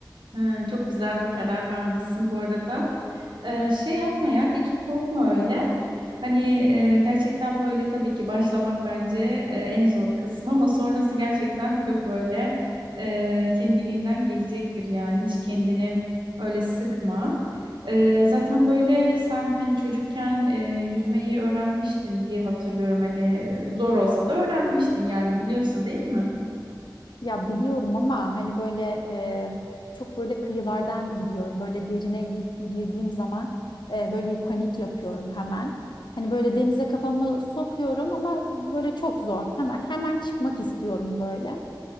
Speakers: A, on the right; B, on the left.
A: Ee, çok güzel bir karar vermişsin bu arada. Ee, şey yapma ya, hiç korkma öyle. Hani e, gerçekten böyle tabii ki başlamak bence e, en zor kısmı ama sonrası gerçekten çok böyle e, kendiliğinden gelecektir yani. Hiç kendini öyle sıkma. Ee, zaten böyle sen hani çocukken e, yüzmeyi öğrenmiştin diye hatırlıyorum. Hani zor olsa da öğrenmiştin yani biliyorsun değil mi?
B: Ya biliyorum ama hani böyle e, çok böyle kıyılardan gidiyorum. Böyle derine gi- girdiğim zaman e, böyle bir panik yapıyorum hemen. Hani böyle denize kafamı sokuyorum ama böyle çok zor. Hemen hemen çıkmak istiyorum böyle.